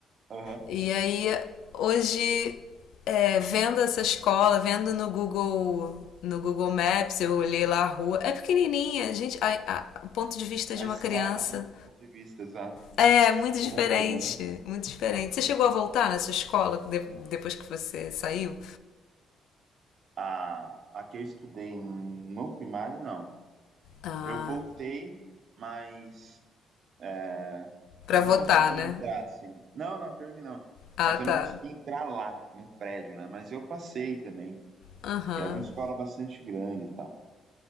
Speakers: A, on the right; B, on the left.
A: Aham.
B: E aí, hoje, é, vendo essa escola, vendo no Google, no Google Maps, eu olhei lá a rua. É pequenininha, gente. a- a- o ponto de vista de
A: A
B: uma
A: escala,
B: criança
A: né? Ponto de vista, exato.
B: é muito
A: Como
B: diferente,
A: muda, né?
B: muito diferente. Você chegou a voltar nessa escola de- depois que você saiu?
A: A, a que eu estudei no primário, não.
B: Ah,
A: Eu voltei, mas é,
B: pra
A: não
B: votar,
A: consegui
B: né?
A: entrar, assim. Não, não, pior que não.
B: Ah,
A: Mas
B: tá.
A: eu não consegui entrar lá, no prédio, né? Mas eu passei também.
B: Aham,
A: E era uma
B: uhum,
A: escola bastante grande e tal.